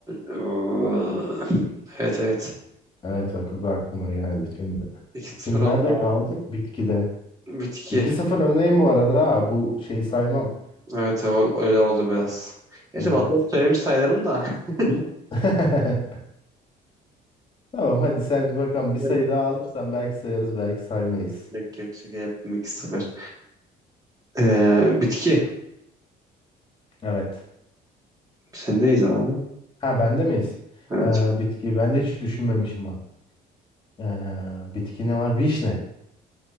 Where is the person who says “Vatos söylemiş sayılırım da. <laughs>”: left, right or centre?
Right